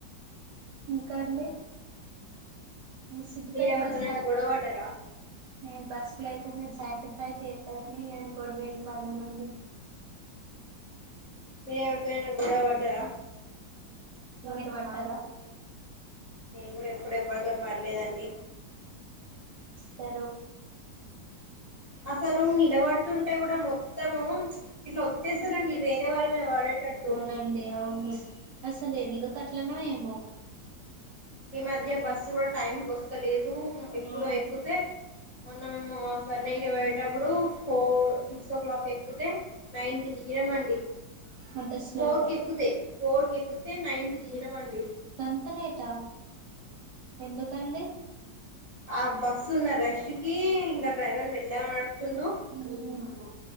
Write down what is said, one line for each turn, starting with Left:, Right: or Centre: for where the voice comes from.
Right: ఇంకా అండి సిద్ధపేట
Left: మీరెవరితోనైనా
Right: బస్
Left: గొడవ పడ్డారా
Right: న బస్ లో అయితే నేను సాక్రిఫైస్ చేస్తా కాని ఆన గడవ పడానండి
Left: ఏ గొడవ పడ్డార
Right: వాంటారా
Left: నేను కూడా ఎప్పుడేవరితో పడ్లేదండి
Right: సారు
Left: అసలు నిలబడుతుంటే కూడా మొత్తము ఇట్లా ఒత్తేస్తారండి వేరే వాళ్ళ మీద పడేటట్టు
Right: నడి అవును అసలు ఎందుకు అట్లనో ఏమో
Left: ఈ మాధ్య బస్సు కూడా టైంకి వస్తలేదు ఎప్పుడో
Right: అవును
Left: ఎక్కితే మేము సార్ నైట్ వెేటప్పుడు ఫోర్ సిక్స్ ఓ క్లాక్ ఎక్ నైన్ కి దిగినమండి
Right: అంత స్లో
Left: ఫోర్ కి ఎక్కుతే ఫోర్ కి ఏక్కితే నైన్ కి దిగినం మండి
Right: గంతలేటా ఎందుకండి
Left: ఆ బస్సు ఉన్న రష్ కి ఇంకా డ్రైవర్ మెల్లగా నడుపుతుండు
Right: హ్మ్